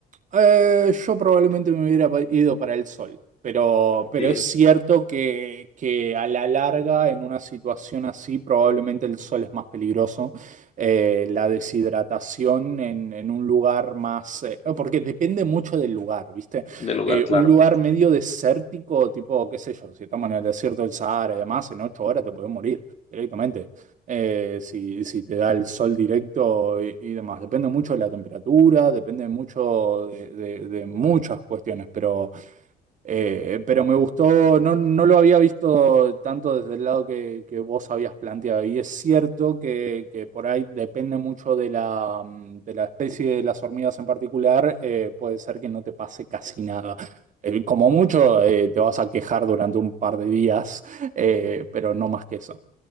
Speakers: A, on the right; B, on the left.
A: Eh, yo probablemente me hubiera pa- ido para el sol, pero, pero
B: eh,
A: es cierto que, que a la larga, en una situación así, probablemente el sol es más peligroso. Eh, la deshidratación en, en un lugar más... eh, ah, porque depende mucho del lugar, ¿viste?
B: del hogar,
A: Eh,
B: claro.
A: un lugar medio desértico, tipo, qué sé yo, si estamos en el desierto del Sahara y demás, en ocho horas te puedes morir directamente eh, si, si te da el sol directo y, y demás. Depende mucho de la temperatura, depende mucho de, de- de muchas cuestiones, pero, eh, pero me gustó, no, no lo había visto tanto desde el lado que, que vos habías planteado. Y es cierto que, que por ahí depende mucho de la, mm, de la especie de las hormigas en particular, eh, puede ser que no te pase casi nada. Eh, Como mucho, eh, te vas a quejar durante un par de días, eh, pero no más que eso.